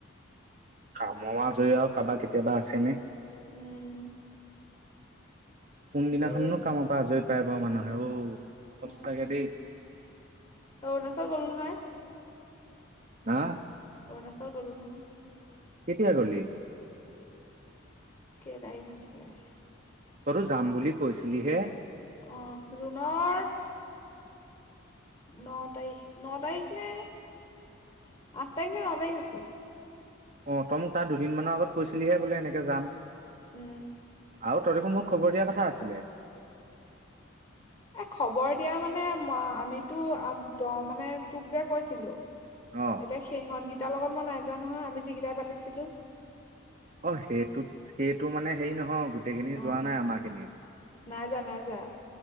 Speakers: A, on the right; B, on the left.
A: কাম মা ধৰি কাৰোবাকতি কেতিয়াবা আছেনে
B: উম
A: কোনদিনাখননো
B: হেৰি
A: কামৰ পৰা আজৰি পায় বাৰু মানুহে অ
B: উম,
A: সচাকে দেই
B: অৰুণাচল গ'লোঁ নহয়
A: হা
B: <inaudible>
A: কেতিয়া গ'লি?
B: <inaudible>
A: খৰচ যাম বুলি কৈছিলিহে
B: অঁ জুনৰ ন তাৰিখ, ন তাৰিখ, নে আঠ তাৰিখ নে, ন তাৰিখ আছিলে।
A: অ তই মোক তাৰ দুদিনমানৰ আগত কৈছিলিহে বোলে, ‌ এনেকে যাম।
B: উম।
A: আৰু তই দেখোন মোক খবৰ দিয়াৰ কথা আছিলে?
B: এ খবৰ দিয়া মানে, আমিতো তই মানে, তোক যে কৈছিলোঁ।
A: অ
B: এতিয়া সিহঁত গিতা সেইকেইটাৰ লগত মই নাই যোৱা নহয়, আমি যিকেইটা পাতিছিলোঁ।
A: অ সেইটোত, সেইটো মানে হেৰি নহয়। গোটেইখিনি
B: অঁ
A: যোৱা নাই আমাৰ খিনি।
B: নাই যোৱা। নাই যোৱা।